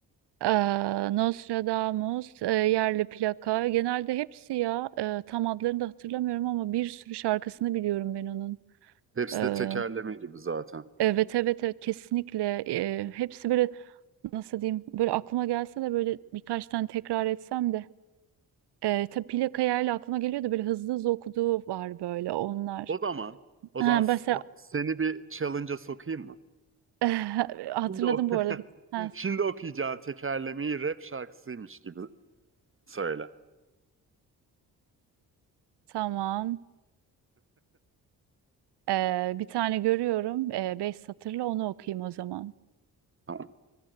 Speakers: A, on the right; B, on the right.
A: Eee, Nostradamus, eee, Yerli Plaka. Genelde hepsi ya. Eee, tam adlarını da hatırlamıyorum ama bir sürü şarkısını biliyorum ben onun.
B: Hepsi
A: Eee,
B: de tekerleme gibi zaten.
A: evet evet evet kesinlikle. Eee, hepsi böyle nasıl diyeyim böyle aklıma gelse de böyle birkaç tane tekrar etsem de. Eee tabii Plaka Yerli aklıma geliyor da böyle hızlı hızlı okuduğu var böyle onlar.
B: O zaman, o
A: Ha,
B: zaman
A: mesela
B: s- seni bir challenge'a sokayım mı?
A: <laughs> hatırladım
B: Şimdi, o
A: bu arada. Bir,
B: <laughs>
A: ha,
B: Şimdi okuyacağın tekerlemeyi rap şarkısıymış gibi söyle.
A: tamam. Eee, bir tane görüyorum. Eee, beş satırla onu okuyayım o zaman.
B: Tamam.